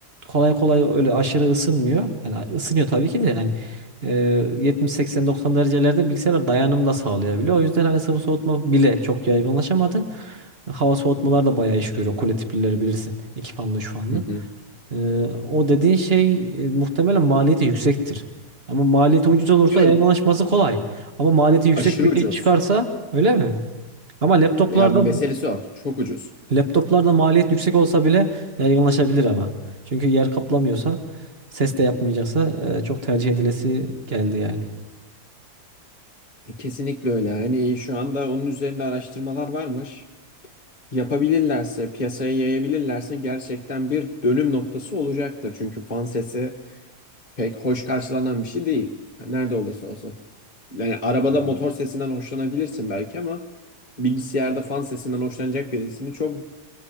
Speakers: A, on the right; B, on the left.
A: kolay kolay öyle aşırı ısınmıyor. Yani ısınıyor tabii ki de yani e, 70 80 90 derecelerde bilgisayarlar dayanım da sağlayabiliyor. O yüzden hani sıvı soğutma bile çok yaygınlaşamadı. Hava soğutmalar da bayağı iş görüyor. Kule tiplileri bilirsin. İki fanlı, üç fanlı.
B: hı hı.
A: Ee, o dediğin şey e, muhtemelen maliyeti yüksektir. Ama maliyeti ucuz olursa
B: Yok
A: yaygınlaşması kolay. Ama maliyeti yüksek
B: aşırı
A: bir
B: ucuz.
A: şey çıkarsa öyle mi? Ama laptoplarda
B: Ya meselesi o. Çok ucuz.
A: Laptoplarda maliyet yüksek olsa bile yaygınlaşabilir ama. Çünkü yer kaplamıyorsa, ses de yapmayacaksa e, çok tercih edilesi geldi yani.
B: Kesinlikle öyle. Hani şu anda onun üzerinde araştırmalar varmış. Yapabilirlerse, piyasaya yayabilirlerse gerçekten bir dönüm noktası olacaktır. Çünkü fan sesi pek hoş karşılanan bir şey değil. Nerede olursa olsun. Yani arabada motor sesinden hoşlanabilirsin belki ama bilgisayarda fan sesinden hoşlanacak birisini çok